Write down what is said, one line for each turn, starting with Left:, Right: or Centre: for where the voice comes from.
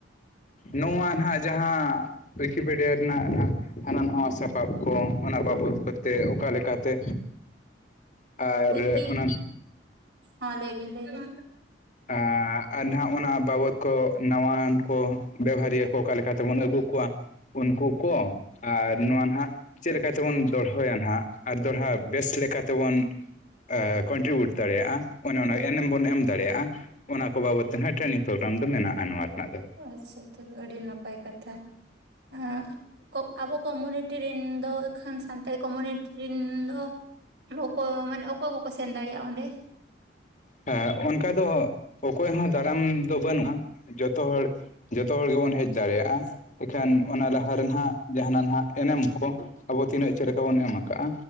Left: ᱱᱚᱣᱟ ᱱᱟᱦᱟᱜ ᱡᱟᱦᱟᱸ ᱩᱭᱠᱤᱯᱮᱰᱤᱭᱟ ᱨᱮᱱᱟᱜ ᱦᱟᱱᱟ ᱱᱟᱣᱟ ᱥᱟᱯᱟᱵ ᱠᱚ ᱚᱱᱟ ᱵᱟᱵᱚᱫ ᱠᱚᱛᱮ ᱚᱠᱟ ᱞᱮᱠᱟᱛᱮ ᱟᱨ
Right: ᱩᱭᱠᱤ
Left: ᱚᱱᱟ
Right: ᱦᱚᱸ ᱞᱟᱹᱭ ᱵᱤᱱ ᱞᱟᱹᱭ ᱵᱤᱱ
Left: ᱟᱻ ᱟᱨ ᱱᱟᱦᱟᱜ ᱚᱱᱟ ᱵᱟᱵᱚᱫ ᱠᱚ ᱱᱟᱣᱟᱱ ᱠᱚ ᱵᱮᱵᱦᱷᱟᱨᱤᱭᱟᱹ ᱠᱚ ᱚᱠᱟ ᱞᱮᱠᱟ ᱛᱮᱵᱚᱱ ᱟᱹᱜᱩ ᱠᱚᱣᱟ ᱩᱱᱠᱩ ᱠᱚ ᱟᱨ ᱱᱚᱣᱟ ᱱᱟᱦᱟᱜ ᱪᱮᱫ ᱞᱮᱠᱟ ᱛᱮᱵᱚᱱ ᱫᱚᱦᱚᱭᱟ ᱱᱟᱦᱜ ᱟᱨ ᱫᱚᱦᱲᱟ ᱵᱮᱥ ᱞᱮᱠᱟ ᱛᱮᱵᱚᱱ ᱟᱻ ᱠᱚᱱᱴᱨᱤᱵᱤᱭᱩᱴ ᱫᱟᱲᱮᱭᱟᱜᱼᱟ ᱚᱱᱮ ᱚᱱᱟ ᱮᱱᱮᱢ ᱵᱚᱱ ᱮᱢ ᱫᱟᱲᱮᱭᱟᱜᱼᱟ ᱚᱱᱟ ᱠᱚ ᱵᱟᱵᱚᱫ ᱛᱮ ᱱᱟᱸᱦᱟᱜ ᱴᱨᱮᱱᱤᱝ ᱯᱨᱳᱜᱨᱟᱢ ᱫᱚ ᱢᱮᱱᱟᱜᱼᱟ ᱱᱚᱣᱟ ᱨᱮᱱᱟᱜ ᱫᱚ
Right: ᱟᱪᱪᱷᱟ ᱛᱚᱵᱮ ᱟᱹᱰᱤ ᱱᱟᱯᱟᱭ ᱠᱟᱛᱷᱟ ᱟᱸᱜ ᱠᱚ ᱟᱵᱚ ᱠᱚ ᱢᱚᱱᱤᱴᱤᱨᱤᱱ ᱫᱚ ᱠᱷᱟᱱ ᱥᱟᱱᱛᱟᱲᱤ ᱠᱚ ᱢᱤᱱᱤᱴᱤᱨᱤᱱ ᱫᱚ ᱚᱠᱚᱭ ᱢᱟᱱᱮ ᱚᱠᱚᱭ ᱠᱚᱠᱚ ᱥᱮᱱ ᱫᱟᱲᱮᱭᱟᱜᱼᱟ ᱚᱸᱰᱮ
Left: ᱦᱟᱸ ᱚᱱᱠᱟ ᱫᱚ ᱚᱠᱚᱭ ᱦᱚᱸ ᱫᱟᱨᱟᱢ ᱫᱚ ᱵᱟᱹᱱᱩᱜᱼᱟ ᱡᱚᱛᱚ ᱦᱚᱲ ᱡᱚᱛᱚ ᱦᱚᱲ ᱜᱮᱵᱚᱱ ᱦᱮᱡ ᱫᱟᱲᱮᱭᱟᱜᱼᱟ ᱮᱱᱠᱷᱮᱱ ᱚᱱᱟ ᱞᱟᱦᱟ ᱨᱮ ᱱᱟᱦᱟᱜ ᱡᱟᱦᱟᱱᱟ ᱱᱟᱦᱟᱜ ᱮᱱᱮᱢ ᱠᱚ ᱟᱵᱚ ᱛᱤᱱᱟᱹᱜ ᱪᱮᱫ ᱞᱮᱠᱟ ᱵᱚᱱ ᱮᱢᱟᱠᱟᱜ-ᱟ